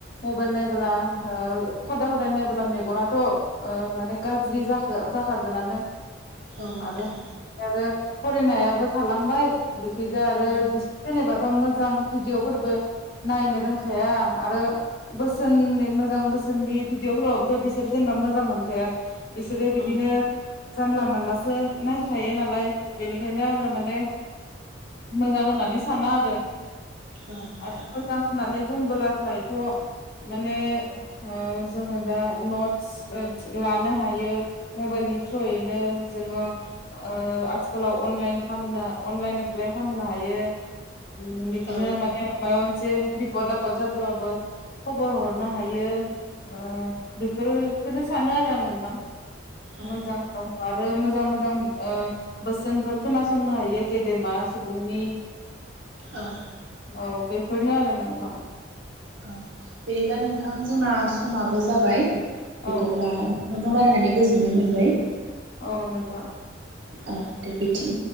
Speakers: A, on the left; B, on the right.
A: मबाइल नायबोला ओ खदाय खदाय नायबोला मेगनाथ' ओ माने गाज्रि जाखो जाखागोनानो
B: औ नोंथां
A: आरो <unintelligible> फरायनायाबो थालांबाय बिखिजा आरो
B: औ
A: बि जेनेबाथ' मोज मोजां भिडिअफोरबो नायनो रोंखाया आरो बोसोननि मोजां बोसोननि भिडिअफोरावथ' बिसोर जेनेबा मोजां मोनखाया बिसोरो
B: औ
A: बिदिनो
B: औ
A: जानला मोनलासो नायखायो नालाय बेनिखायनो आङो माने मोजां होननानै साना आरो
B: नोंथां
A: आरो मोजां होननानै बुंबोलाथाय थ' माने ओ जोङो दा नट्स ओ लानो हायो मबाइलनि थ्रुयैनो जोङो ओ आथिखालाव अनलाइन खालामनो अनलाइन एप्लाइ खामनो हायो ओम बिदिनो
B: औ
A: माने माबा मोन मोनसे बिपद आफाद जादों बाबो खबर हरनो हायो ओ बेफोर बेफोरनो सानो आरो नोंथां
B: औ
A: मोजां दं आरो मोजां मोजां मोजां ओ बोसोनफोर खोनासंनो हायो गेदेमा सुबुंनि
B: औ
A: औ बेफोरनो आरो नोंथां
B: औ बिदिब्ला नोंथां जोंना समाबो जाबाय बिदिब्ला
A: औ
B: नोंथांजों रायलायनानै गोजोननाय मोनबाय
A: औ मोजां
B: औ दे बिथिं